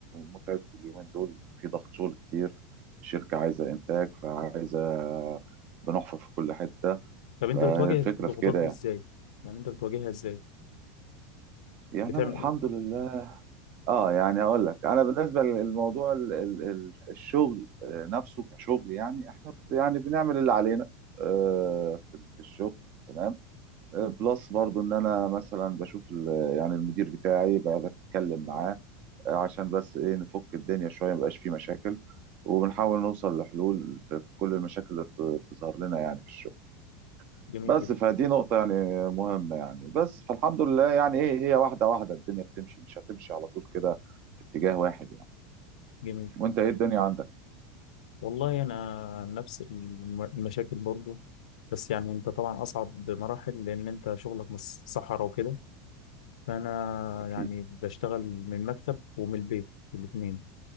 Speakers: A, on the right (about 45°); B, on the left (about 85°).
A: متعب اليومين دول في ضغط شغل كتير الشركة عايزة إنتاج فعايزة بنحفر في كل حتة
B: طب
A: فالفكرة
B: انت بتواجه الضغوطات
A: في كده
B: دي
A: يعني
B: ازاي يعني انت بتواجهها ازاي
A: يعني
B: بتعمل
A: أنا الحمد
B: ايه
A: لله اه يعني هقول لك انا بالنسبه للموضوع ال- ال- ال- الشغل آه، نفسه كشغل يعني احنا ب- يعني بنعمل اللي علينا آه، في في الشغل تمام آه، بلس برضو ان انا مثلا بشوف ال- يعني المدير بتاعي بقى بتكلم معاه آه، عشان بس ايه نفك الدنيا شويه مبقاش فيه مشاكل وبنحاول نوصل لحلول في في كل المشاكل اللي بت- بتظهر لنا يعني في الشغل
B: جميل
A: بس
B: جدا
A: فدي نقطة يعني مهمة يعني بس فالحمد لله يعني ايه هي واحدة واحدة الدنيا بتمشي مش هتمشي على طول كده في اتجاه واحد يعني
B: جميل
A: وانت ايه الدنيا عندك
B: والله انا نفس الم- المشاكل برضو بس يعني انت طبعا اصعب بمراحل لان انت شغلك مش صحراء وكده فأنا
A: اكيد
B: يعني بشتغل من المكتب ومن البيت الاتنين